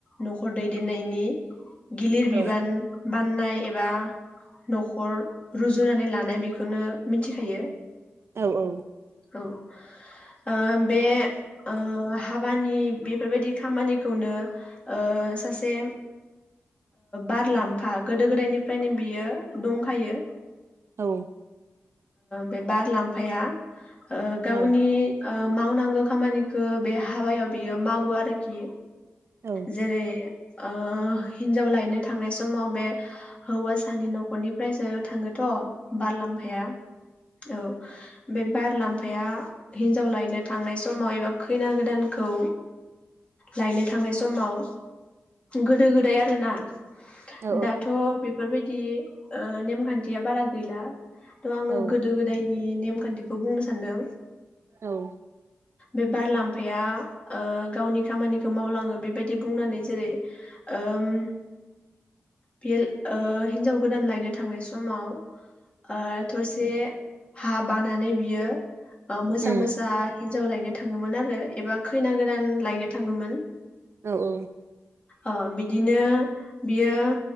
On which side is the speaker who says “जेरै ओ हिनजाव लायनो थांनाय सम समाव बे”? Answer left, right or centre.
Left